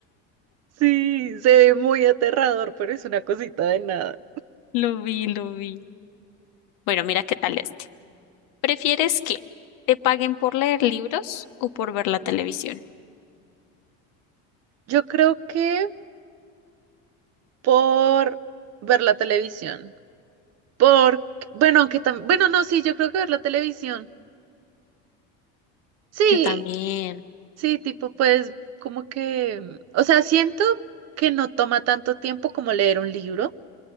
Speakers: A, on the right; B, on the left.
A: <laughs> sí, se ve muy aterrador, pero es una cosita de nada.
B: <laughs> Lo vi, lo vi. Bueno, mira qué tal este. ¿Prefieres que te paguen por leer libros o por ver la televisión?
A: Yo creo que por ver la televisión, por, bueno, aunque también, bueno, no, sí, yo creo que ver la televisión. Sí,
B: Yo también.
A: sí, tipo, pues, como que, mm, o sea, siento que no toma tanto tiempo como leer un libro.